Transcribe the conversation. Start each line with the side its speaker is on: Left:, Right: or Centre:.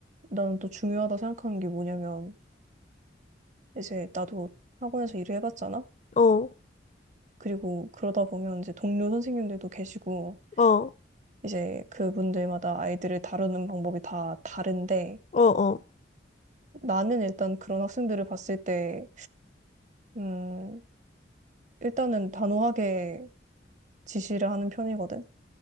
Right: 나는 또 중요하다 생각하는 게 뭐냐면, 이제 나도 학원에서 일을 해봤잖아?
Left: 어,
Right: 그리고 그러다 보면 이제 동료 선생님들도 계시고,
Left: 어,
Right: 이제 그분들마다 아이들을 다루는 방법이 다 다른데,
Left: 어, 어.
Right: 나는 일단 그런 학생들을 봤을 때, 음, 일단은 단호하게 지시를 하는 편이거든?